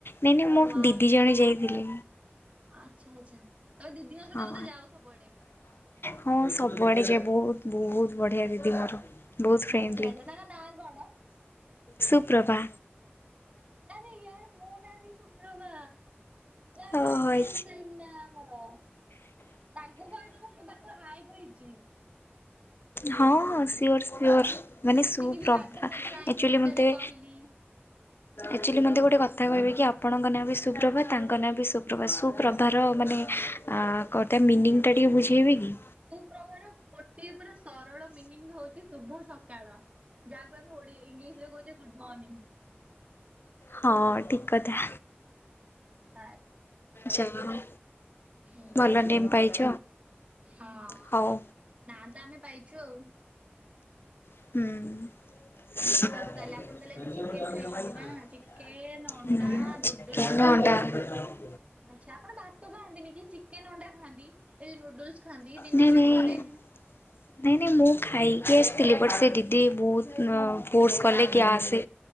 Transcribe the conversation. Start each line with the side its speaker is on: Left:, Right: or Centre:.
Left: ନାଇଁ ନାଇଁ, ମୋ
Right: ୱାଓ
Left: ଦିଦି ଜଣେ ଯାଇଥିଲେ।
Right: ଆଚ୍ଛା ଆଚ୍ଛା। ତମେ ଦିଦିଙ୍କ ସହିତ
Left: ହଁ
Right: ବୋଧେ ଯାଅ ସବୁଆଡେ?
Left: ହଁ, ସବୁଆଡ଼େ ଯାଏ। ବହୁତ ବହୁତ ବଢ଼ିଆ ଦିଦି ମୋର, ବହୁତ ଫ୍ରେଣ୍ଡଲି।
Right: ଆଚ୍ଛା ଆଚ୍ଛା ତାଙ୍କ ନାଁ କଣ?
Left: ସୁୁପ୍ରଭା।
Right: ଆରେ ୟାର ମୋ ନାଁ ବି ସୁୁପ୍ରଭା। ନାଇଁ
Left: ହଁ
Right: ନାଇଁ, ସେମ୍ ସେମ୍ ନାଁ। ଆମର। ତାଙ୍କୁ କହିଦବୁ ମୁଁ ତାଙ୍କୁ ହାଇ କହିଚି।
Left: ହଁ ହଁ, ସିଓର୍, ସିଓର୍। ମାନେ
Right: ଯେତିକି
Left: ସୁପ୍ରଭା,
Right: ବି ରାଧାନାଥ ରାୟଙ୍କ
Left: ଆକ୍ଚୁଆଲି
Right: ବିଷୟରେ
Left: ମୋତେ
Right: କହିଲି
Left: ଆକ୍ଚୁଆଲି
Right: ଉଁ
Left: ମତେ ଗୋଟେ କଥ କଥା କହିବେ କି ଆପଣଙ୍କ ନାଁ ବି ସୁପ୍ରଭା, ତାଙ୍କ ନାଁ ବି ସୁପ୍ରଭା। ସୁପ୍ରଭାର ମାନେ ଆ କଥା ମିନିଙ୍ଗଟା ଟିକିଏ ବୁଝେଇବେ କି
Right: ସୁପ୍ରଭ ଗୋଟିଏ ପୁରା ସରଳ ମିନିଙ୍ଗ ହଉଛି ଶୁଭ ସକାଳ ଯାହାକୁ ଆମେ ଓଡି ଇଂଲିଶ ରେ କହୁଛେ ଗୁଡ୍ ମର୍ଣ୍ଣିଂ
Left: ହଁ ଠିକ୍ କଥା।
Right: <unintelligible>
Left: ଯାହା ହଉ
Right: ହ
Left: ଭଲ ନେମ୍ ପାଇଛ
Right: ହଁ
Left: ହଉ।
Right: ନା ତ ଆମେ ପାଇଛୁ ଆଉ
Left: ହୁଁ ହୁଁ
Right: ଏମିତି ସବୁ ତାହେଲେ ଆପଣ ତାହେଲେ
Left: କେ
Right: ଆଜି ଚିକେନ ଖାଇଛନ୍ତି
Left: <unintelligible>
Right: ନା ଚିକେନ
Left: କଟ
Right: ଅଣ୍ଡା ନୁଡଲସ।
Left: <unintelligible>
Right: ଆଚ୍ଛା ଆପଣ ଭାତ ଖାଆନ୍ତିନି କି ଚିକେନ ଅଣ୍ଡା ଖାଆନ୍ତି ଏଇଉ ନୁଡୁଲସ ଖାଆନ୍ତି ଦିନ
Left: ନାଇଁ
Right: ଦି
Left: ନାଇଁ
Right: ପରେ
Left: ନାଇଁ ନାଇଁ ମୁଁ ଖାଇକି ଆସିଥିଲି ବଟ୍ ସେ ଦିଦି ବହୁତ ଫୋର୍ସ
Right: ହୁଁ।
Left: କଲେ କି ଆସେ